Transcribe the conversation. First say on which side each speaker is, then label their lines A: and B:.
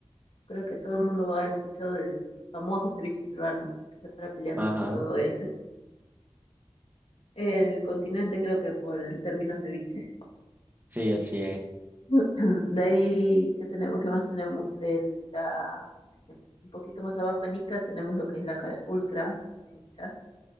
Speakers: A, on the left; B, on the right.
A: Creo que todo el mundo ha escuchado del famoso ceviche peruano, que se para peleando
B: Ajá,
A: con todo el, <laughs> el continente, creo que por el término ceviche.
B: sí, así es.
A: <clears throat> De ahí, ¿qué tenemos? ¿Qué más tenemos? El, la- el- un poquito más abajo en Ica tenemos lo que es la carapulcra, el chincha,